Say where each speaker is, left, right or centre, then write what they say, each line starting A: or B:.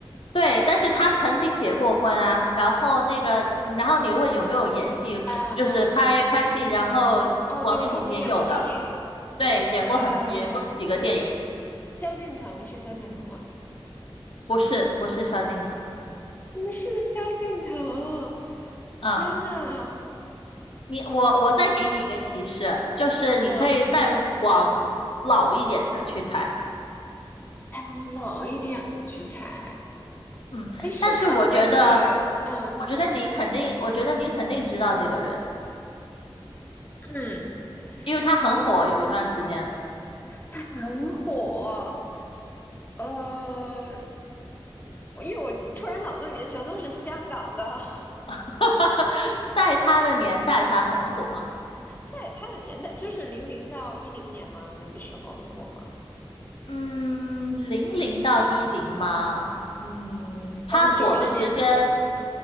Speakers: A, on the left; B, on the left.
A: 对，但是他曾经结过婚啊，然后那个，然后你问有没有演戏，
B: 啊啊啊！
A: 就是拍拍戏，然后王力宏也有的，
B: 哦，对，他以前演过电影，对，
A: 对，演过很演过几个电影，
B: 呃，萧敬腾是萧敬腾吗？
A: 不是不是萧敬腾
B: 不是萧敬腾，
A: 啊，
B: 天呐，
A: 你我我再给你一个提示，就是你可以再往老一点的去猜，
B: 嗯，再往老一点的去猜，
A: 嗯，
B: 哎，是唱那个，
A: 但是我觉得，
B: 嗯，你说，
A: 我觉得你肯定，我觉得你肯定知道这个人，
B: 嗯，
A: 因为他很火，
B: 哦，
A: 有一段时间，
B: 他很火，呃，因为我突然脑子里面全都是香港的，<laughs>
A: <laughs> 在他的年代他很火。
B: 在他的年代就是零零到一零年嘛，那个时候很火吗？
A: 嗯，零零到一零吗？嗯，
B: 还是九十年代？
A: 他火的时间